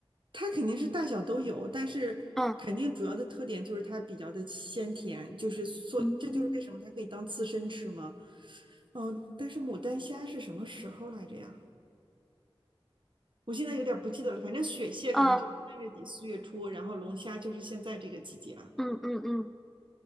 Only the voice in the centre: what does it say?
嗯
嗯
嗯
嗯嗯嗯，